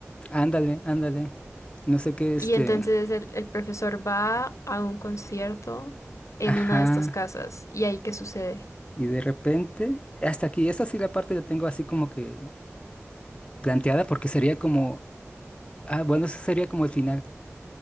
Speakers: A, on the left; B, on the left.
A: ándale, ándale. No sé qué,
B: Y
A: este.
B: entonces el, el profesor va a un concierto en
A: Ajá.
B: una de estas casas y ahí qué sucede.
A: Y de repente, hasta aquí, esa sí la parte la tengo así como que planteada porque sería como. Ah, bueno, eso sería como el final.